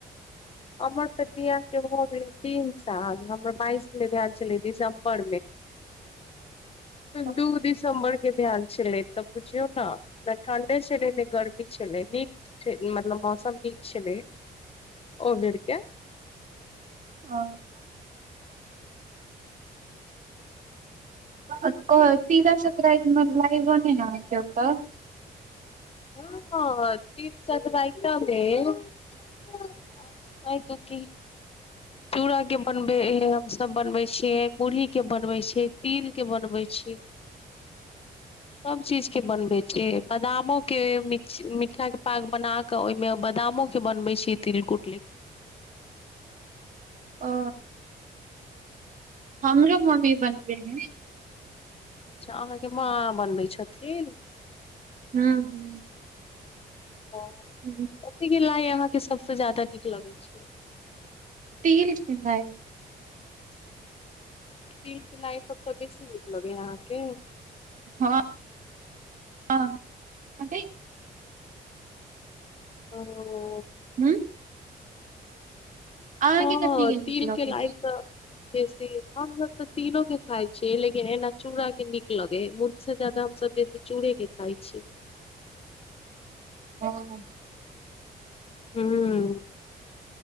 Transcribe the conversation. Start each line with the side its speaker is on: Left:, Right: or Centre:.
Left: हमर के बिआाह के भ गेले तीन साल हमर बाइस मे भेल छले दिसम्बर मे
Right: <inaudible>
Left: दू दिस दसम्बर के भान छलै तऽ बुझियौ ने ने ठण्डे छलै ने गर्मी छलै नीक मतलब मौसम नीक छलै ओ बेरके
Right: ओ तीला सक्रान्ति लाइ बनना हो छै ओत
Left: हँ तीला सक्रान्ति आ त कत की <inaudible> चूड़ा के बनबे हमस बनबे छियै मुरही के बनबै छियै तिल के बनबै छियै
Right: <inaudible>
Left: सभ चीज के बनबैत छै बादामो के मिठा के पाग बना क ओहिमे बादामो के बनबे छीयै तिलकुटले
Right: ओ हमरो मम्मी बनबे है
Left: अच्छा अहाँके माँ बनबै छथिन
Right: हूंम्म हूंम्म
Left: ओ
Right: हूँ
Left: कथी के लाइ अहाँके सबस ज्यादा नीक लगैत छै
Right: तील के लाइ
Left: तील लाइ सभसँ बेसी नीक लगैया अहाँके
Right: हँ <unintelligible> हँ
Left: ओ
Right: हूँ अहाँके
Left: हँ
Right: कथी के
Left: तीलके
Right: नीक लगै
Left: लाइ तऽ बेसी हमस तऽ तीलोक के खाय छीयै लेकिन एना चूड़ा के नीक लगे मुर्ग से जदा हमस बेसी चूड़े के खाइ छीयै
Right: हँ
Left: हूंम्म